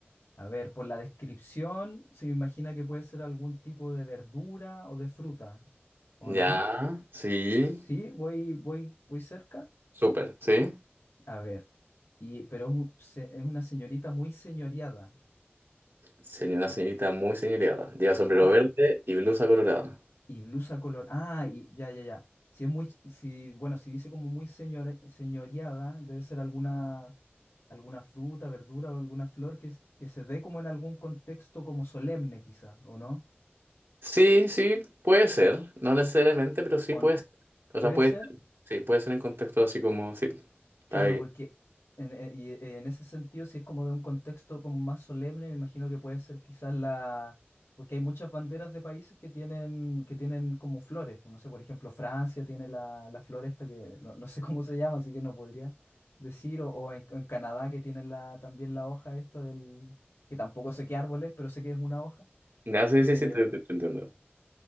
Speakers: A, on the left; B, on the right.
A: A ver, por la descripción se me imagina que puede ser algún tipo de verdura o de fruta, ¿o no?
B: Ya, sí.
A: Sí, voy, voy, voy cerca.
B: Súper, ¿sí?
A: A ver, y, pero es, un- se- es una señorita muy señoreada.
B: Sería una señorita muy señoreada. Lleva sombrero
A: Ah,
B: verde y blusa colorada.
A: y blusa color. Ah, y ya, ya, ya. Si es muy, si, bueno, si dice como muy señore- señoreada, debe ser alguna, alguna fruta, verdura o alguna flor que, es- que se dé como en algún contexto como solemne, quizá, ¿o no?
B: Sí, sí, puede ser. No necesariamente, pero sí
A: ¿O
B: puede
A: n-
B: ser. O
A: puede
B: sea, puede
A: ser?
B: ser. Sí, puede ser en contexto así como, sí.
A: Claro,
B: Para que-
A: porque en, e- y, eh, en ese sentido, si es como de un contexto como más solemne, me imagino que puede ser quizás la... Porque hay muchas banderas de países que tienen, que tienen como flores. pues, No sé, por ejemplo, Francia tiene la, la flor esta que no, no sé <laughs> cómo se llama, así que no podría decir. O, o en, en Canadá que tienen la, también la hoja esta del... que tampoco sé qué árbol es, pero sé que es una hoja.
B: Ya, sí,
A: Eh,
B: sí, sí, te, te- te entiendo.